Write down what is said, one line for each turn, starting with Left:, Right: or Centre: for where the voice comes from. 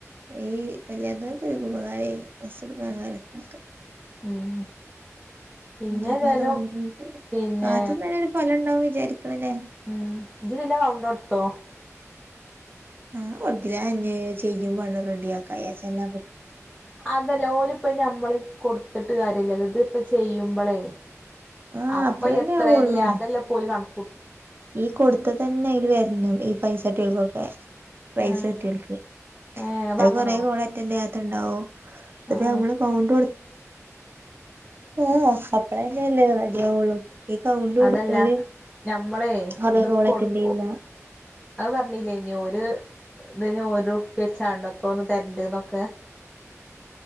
Right: ഈ കല്യാണക്ക ക്പകാരേ ഡ്രസ്സ് എടുക്കാൻ കാര്യത്തിനൊക്കെ
Centre: ഉം പിന്നെ
Right: അ ഇപ്പ
Centre: ഏതായാലും
Right: തുടങ്ങീട്ട്
Centre: പിന്നെ
Right: കാത്തുന്ന് തന്നെ ഒരു ഫലം ഉണ്ടാവന്ന് വിചാരിക്കണല്ലേ
Centre: ഉം ഇത് പിന്നെ കൗണ്ട കൊടുത്തോ
Right: ആ കൊട്ത്തില്ല അയ്ഞ്ഞി ചെയ്യുംമ്പം റെഡിയ ആക്ക എല്ല
Centre: അതല്ല ഓരിപ്പ ഞമ്മള് കൊടുത്തിട്ട് കാര്യ ല്ലല്ലോ ഇത്പ്പ ചെയ്യുമ്പോളേ
Right: ആ
Centre: അപ്പൊ
Right: അപ്പളന്നെ
Centre: എത്രയല്ലേ
Right: ആവുള്ളൂ
Centre: അതല്ല പോലും കണ
Right: ഈ കൊടുത്ത തന്നെ അയിൽ വരണം ഈ പൈസട്ടികൾക്കൊക്കെ പൈസ
Centre: ആഹ്
Right: കിട്ടി
Centre: ഏഹ്
Right: അത്
Centre: പറഞ്ഞണോ
Right: കൊറെ കോൾ അറ്റൻഡ ഉണ്ടാവും അത്
Centre: ആഹ്
Right: നമ്മള് കൗണ്ട് ആ കപ്പളന്നല്ലേ റെഡിയാവുള്ളൂ കൗണ്ട് കൊടുത്തല്
Centre: അതല്ല ഞമ്മളേ
Right: അതേ
Centre: ഇത്
Right: കോള
Centre: കൊടു
Right: അറ്റൻ ചെയ്യുല
Centre: അത് പറഞ്ഞില്ലേ ഇനി ഒരു ഇതിന് ഓര്പ്പ്യവെച്ചാണ്ടോ എത്രോന്നും തെരണ്ടിന്നൊക്കെ